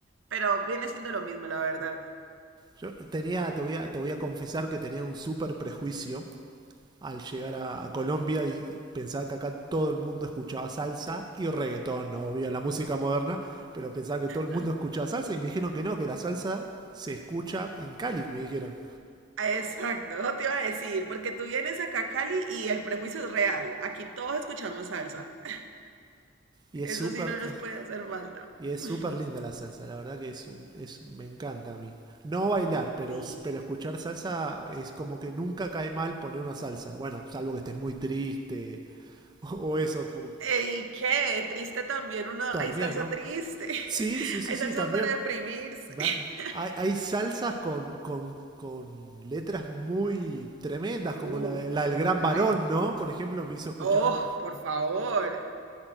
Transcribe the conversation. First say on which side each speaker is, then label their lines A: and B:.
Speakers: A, on the right; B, on the right.
A: pero viene siendo lo mismo, la verdad.
B: Yo tenía, te voy a, te voy a confesar que tenía un súper prejuicio al llegar a, a Colombia y pensaba que acá todo el mundo escuchaba salsa y reggaetón, no obvio, la música moderna, pero pensaba que todo el mundo
A: <laughs>
B: escuchaba salsa y me dijeron que no, que la salsa se escucha en Cali, me dijeron.
A: Ah, Exacto, eso te iba a decir, porque tú vienes acá a Cali y el prejuicio es real. Aquí todos escuchamos salsa. <laughs>
B: Y es
A: Eso
B: súper,
A: sí no nos
B: es
A: puede hacer falta.
B: Y es
A: <laughs>
B: súper linda la salsa, la verdad que es, un- es me encanta a mí. No bailar, pero,
A: Sí.
B: s- pero escuchar salsa es como que nunca cae mal poner una salsa. Bueno, salvo que estés muy triste <laughs> o, o eso pu-
A: ¿Y qué? Triste también uno.
B: también,
A: Hay salsa
B: ¿no?
A: triste. <laughs>
B: Sí, sí, sí,
A: Hay
B: sí,
A: salsa
B: también.
A: para deprimirse.
B: Me-
A: <laughs>
B: Hay, hay salsas con, con, con letras muy tremendas,
A: Uy,
B: como la, de- la del
A: total.
B: Gran Varón, ¿no? Por ejemplo, me hizo escuchar
A: Oh, por favor.